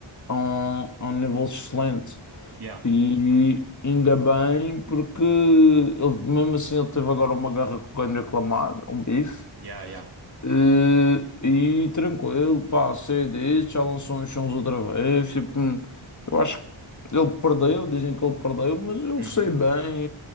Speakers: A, on the left; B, on the right.
A: a um, a um nível excelente.
B: Yeah,
A: E ainda bem, porque ele, mesmo assim ele teve agora uma guerra com o Kendrick Lamar, um bife,
B: yeah, yeah.
A: eh, e tranquilo, pá, sei disso, já lançou uns sons outra vez. Tipo, hum, eu acho que ele perdeu, dizem que ele perdeu, mas eu
B: Uhum.
A: sei bem